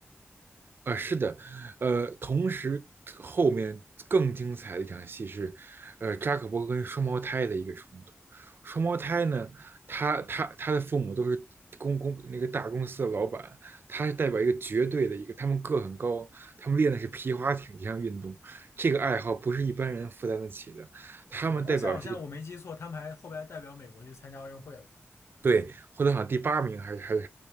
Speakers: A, on the right; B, on the left.
A: 啊？是的，呃，同时后面更精彩的一场戏是，呃，扎克伯格跟双胞胎的一个冲突。双胞胎呢，他他他的父母都是公公那个大公司的老板，他是代表一个绝对的一个，他们个很高，他们练的是皮划艇这项运动，这个爱好不是一般人负担得起的，他们代表这个
B: 对，而且好像我没记错，他们还后来代表美国去参加奥运会了。
A: 对，获得好像第八名还是还是